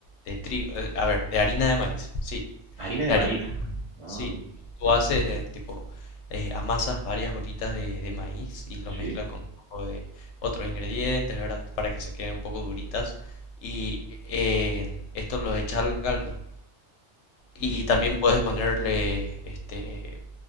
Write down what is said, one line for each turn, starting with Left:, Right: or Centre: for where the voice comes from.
Left: de trigo, eh, a ver, de harina de maíz, sí,
Right: Harina de
Left: de
Right: maíz.
Left: harina,
Right: Ah,
Left: sí.
Right: amigo.
Left: Tú haces de tipo, eh, amasas varias bolitas de, de maíz y lo mezclas
Right: sí,
Left: con un poco de otros ingredientes, ¿verdad? Para que se queden un poco duritas y eh, esto los echas al caldo. Y
Right: ¿Mm?
Left: también puedes ponerle este